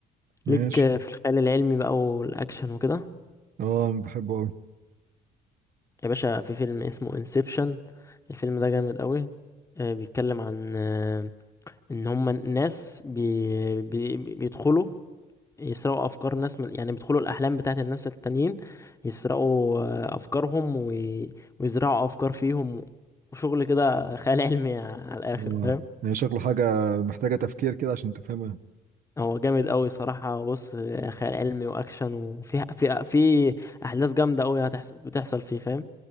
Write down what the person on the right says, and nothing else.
ماشي
اه بحبه قوي
اه
يعني شكله حاجه محتاجه تفكير كده عشان تفهمها